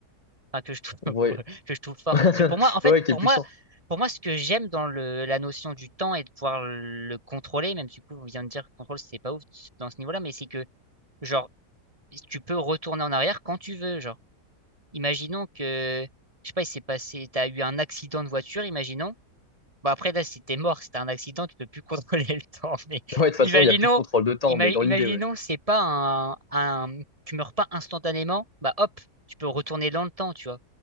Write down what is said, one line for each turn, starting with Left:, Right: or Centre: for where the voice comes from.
Right: enfin que je trouve <laughs>
Left: Ouais.
Right: que je trouve fort.
Left: <laughs>
Right: Parce que pour moi, en fait,
Left: Ouais, qui
Right: pour
Left: est puissant.
Right: moi, pour moi, ce que j'aime dans le la notion du temps et de pouvoir le contrôler, même si du coup, on vient de dire que contrôle, c'est pas ouf dans ce niveau-là, mais c'est que genre tu peux retourner en arrière quand tu veux. Genre, imaginons que je sais pas, il s'est passé, t'as eu un accident de voiture, imaginons. Bon, après, là, si t'es mort, si t'as un accident, tu peux plus contrôler le temps. <laughs> Mais
Left: Ouais, de toute façon,
Right: imaginons,
Left: il n'y a plus de contrôle de temps,
Right: ima-
Left: mais dans
Right: imaginons,
Left: l'idée, ouais.
Right: c'est pas un, un, tu meurs pas instantanément, bah hop, tu peux retourner dans le temps, tu vois.